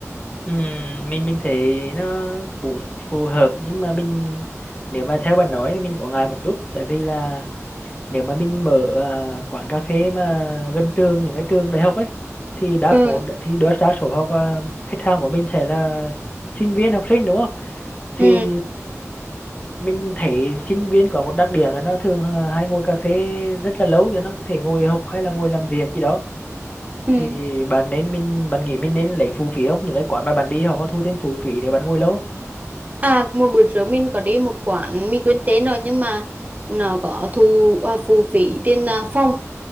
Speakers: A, on the left; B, on the right.
A: Ừm, mình mình thấy nó cũng phù hợp nhưng mà mình nếu mà theo bạn nói thì mình có ngại một chút tại vì là nếu mà mình mở ờ, quán cà phê mà gần trường những cái trường đại học ấy thì đa
B: ừ
A: số thì đa, đa số học ờ, khách hàng của mình sẽ là sinh viên học sinh đúng không thì
B: ừ
A: mình thấy sinh viên có một đặc điểm là nó thường ờ, hay ngồi cà phê rất là lâu thì nó có thể ngồi học hay là ngồi làm việc gì đó
B: ừ
A: thì bạn nên mình bạn nghĩ mình nên lấy phụ phí không những cái quán mà bạn đi họ có thu thêm phụ phí để bạn ngồi lâu không
B: à một bữa trước mình có đi một quán mình quên tên rồi nhưng mà nó có thu à, phụ phí tiền à, phòng